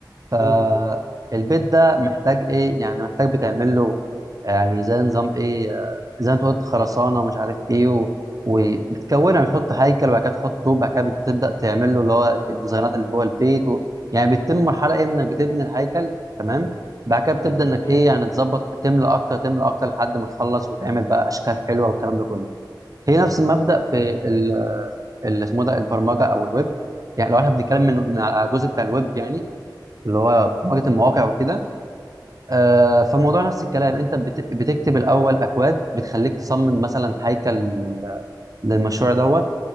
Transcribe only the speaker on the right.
فالبيت
ده محتاج ايه يعني محتاج بتعمل له يعني زي نظام ايه آه، زي ما انت قلت خرسانه ومش عارف ايه و... وبتكونها بتحط هيكل وبعد كده تحط طوب بعد كده بتبدا تعمل له اللي هو الديزاينات اللي جوه البيت و... يعني بتتم مرحله ايه انك بتبني الهيكل تمام بعد كده بتبدا انك
ايه يعني تظبط تملى اكتر تملى اكتر لحد ما تخلص وتعمل بقى اشكال حلوه والكلام ده كله هي نفس المبدا في ال- اللي اسمه ده البرمجه او الويب يعني لو احنا بنتكلم
من من على الجزء بتاع الويب يعني اللي هو برمجه المواقع وكده آه، فالموضوع نفس الكلام انت بت- بتكتب الاول اكواد بتخليك تصمم مثلا هيكل لل- للمشروع دوت